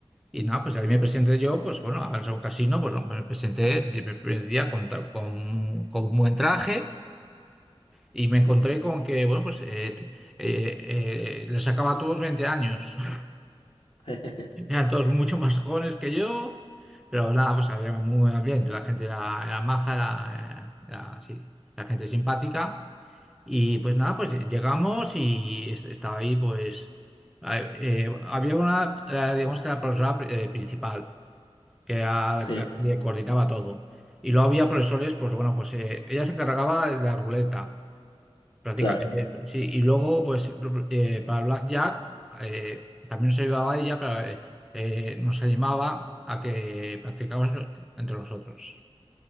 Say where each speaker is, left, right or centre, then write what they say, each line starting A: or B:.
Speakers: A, in the centre; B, on the left.
A: Y nada, pues ahí me presenté yo, pues bueno, a ver, a un casino, pues no, me presenté el primer primer día con, ta- con, con un buen traje. Y me encontré con que, bueno, pues eh, eh, eh, les sacaba a todos 20 años. <laughs>
B: <laughs>
A: Eran todos mucho más jóvenes que yo, pero nada, pues había muy buen ambiente. La gente era, era maja, era, era sí, la gente simpática. Y pues nada, pues llegamos y es- estaba ahí, pues a- eh, había una, eh, digamos que era la profesora eh, principal, que era
B: Sí,
A: la, la que coordinaba todo. Y luego había profesores, pues bueno, pues eh, ella se encargaba de la ruleta. Prácticamente,
B: claro.
A: sí. Y luego, pues, eh, para Blackjack eh, también se llevaba ella, pero eh, eh, nos animaba a que practicáramos entre nosotros.